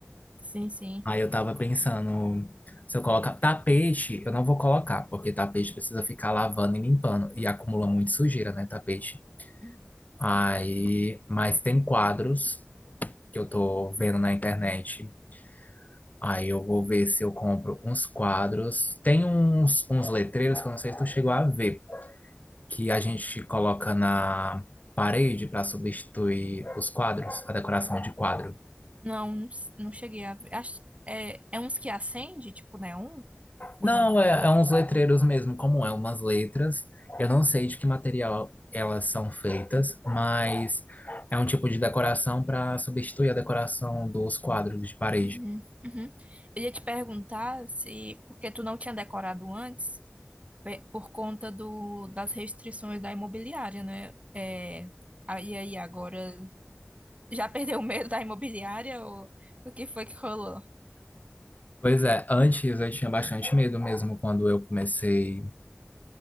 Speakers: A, on the right; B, on the left.
A: Sim, sim.
B: Aí eu tava pensando, se eu colocar tapete, eu não vou colocar, porque tapete precisa ficar lavando e limpando e acumula muito sujeira, né, tapete.
A: Uhum.
B: Aí, mas tem quadros que eu tô vendo na internet. Aí eu vou ver se eu compro uns quadros. Tem uns, uns letreiros que eu não sei se tu chegou a ver, que a gente coloca na parede para substituir os quadros, a decoração de quadro.
A: Não, não, s- não cheguei a ver. Acho, é, é uns que acende, tipo neon? Ou
B: Não,
A: não?
B: é, é uns letreiros mesmo, como é, umas letras. Eu não sei de que material elas são feitas, mas é um tipo de decoração para substituir a decoração dos quadros de parede.
A: Uhum. Uhum. Eu ia te perguntar se... Porque tu não tinha decorado antes. pe- por conta do, das restrições da imobiliária, né? É, aí, aí, agora, já <laughs> perdeu o medo da imobiliária ou o que foi que rolou?
B: Pois é, antes eu tinha bastante medo mesmo quando eu comecei,